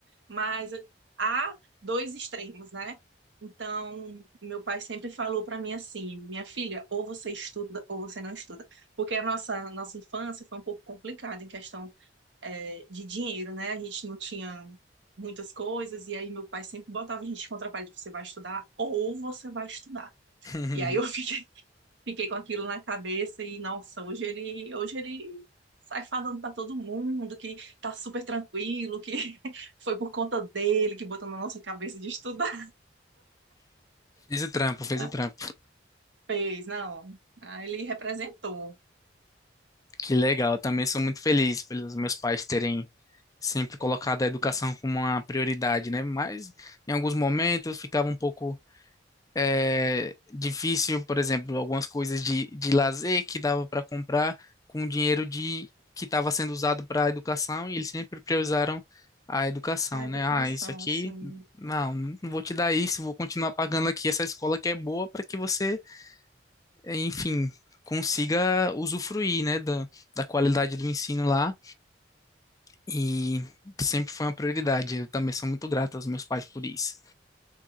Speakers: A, on the right; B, on the left.
A: Mas há dois extremos, né? Então, meu pai sempre falou para mim assim, minha filha, ou você estuda ou você não estuda, porque a nossa nossa infância foi um pouco complicada em questão é, de dinheiro, né? A gente não tinha muitas coisas, e aí meu pai sempre botava a gente contra a parede, você vai estudar ou você vai estudar.
B: <laughs>
A: E aí eu <laughs> fiquei, fiquei com aquilo na cabeça e, nossa, hoje ele, hoje ele sai falando para todo mundo que tá super tranquilo, que <laughs> foi por conta dele que botou na nossa cabeça de estudar.
B: Fez o trampo, fez
A: <laughs> Ah,
B: o trampo.
A: Fez, não. Ah, ele representou
B: Que legal, eu também sou muito feliz pelos meus pais terem sempre colocado a educação como uma prioridade, né? Mas em alguns momentos ficava um pouco é, difícil, por exemplo, algumas coisas de, de lazer que dava para comprar com o dinheiro de que estava sendo usado para a educação e eles sempre priorizaram a educação,
A: a educação,
B: né? Ah, isso aqui,
A: assim.
B: não, não vou te dar isso, vou continuar pagando aqui essa escola que é boa para que você, enfim, consiga usufruir, né, da, da qualidade do ensino lá e sempre foi uma prioridade. Eu também sou muito grato aos meus pais por isso,